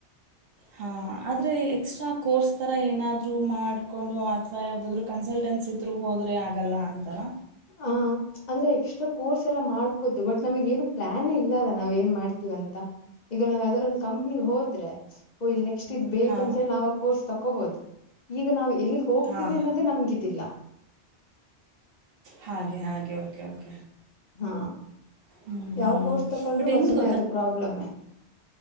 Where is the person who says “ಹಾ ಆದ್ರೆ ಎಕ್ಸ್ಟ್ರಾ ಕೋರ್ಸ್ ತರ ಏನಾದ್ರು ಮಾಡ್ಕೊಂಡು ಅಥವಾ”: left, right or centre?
Right